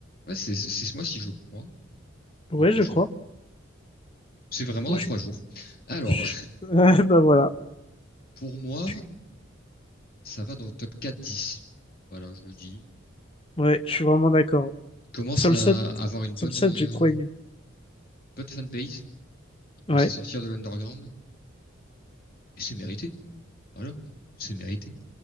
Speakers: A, on the left; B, on the left.
A: Ouais, c'est c'est ce mois-ci, je crois, le
B: Ouais,
A: mois prochain.
B: je crois.
A: C'est vraiment
B: Moi,
A: dans trois
B: je suis.
A: jours. Alors,
B: je- <laughs> Ouais, bah voilà.
A: pour moi,
B: Je suis-
A: ça va dans le top quatre dix. Voilà, je le dis.
B: Ouais, je suis vraiment d'accord.
A: Il commence
B: Solsad,
A: à avoir une
B: Solsad,
A: bonne, euh,
B: j'ai trop aimé.
A: bonne fanbase. Il commence
B: Ouais,
A: à sortir de l'underground. Et c'est mérité. Voilà, c'est mérité.